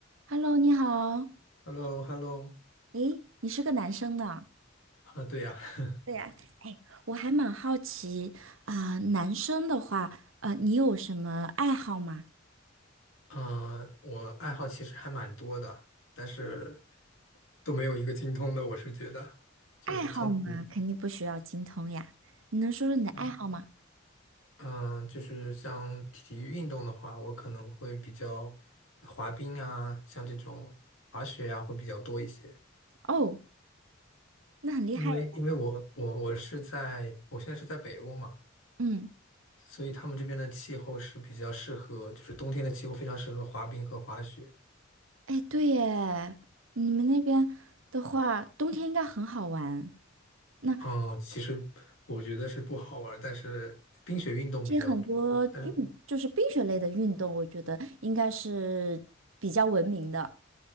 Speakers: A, on the right (about 80°); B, on the left (about 80°).
A: Hello，你好，
B: h e l l o h e l l o
A: 诶，你是个男生呢？
B: 啊，对呀，<laughs>
A: 对呀，哎，我还蛮好奇啊，男生的话，呃，你有什么爱好吗？
B: 啊，我爱好其实还蛮多的，但是都没有一个精通的。我是觉得，就是从体，
A: 爱好嘛，肯定不需要精通呀。你能说说你的爱好吗？
B: 嗯嗯，就是像体育运动的话，我可能会比较滑冰啊，像这种滑雪啊，会比较多一些。
A: 哦，那很厉害耶
B: 因为因为我我我是在我现在是在北欧嘛，
A: 嗯，
B: 所以他们这边的气候是比较适合，就是冬天的气候非常适合滑冰和滑雪。
A: 哎，对耶，你们那边的话，冬天应该很好玩。那
B: 哦，其实我觉得是不好玩儿但是冰雪运动比较多。
A: 其实很多运，
B: 但是，
A: 就是冰雪类的运动，我觉得应该是比较文明的，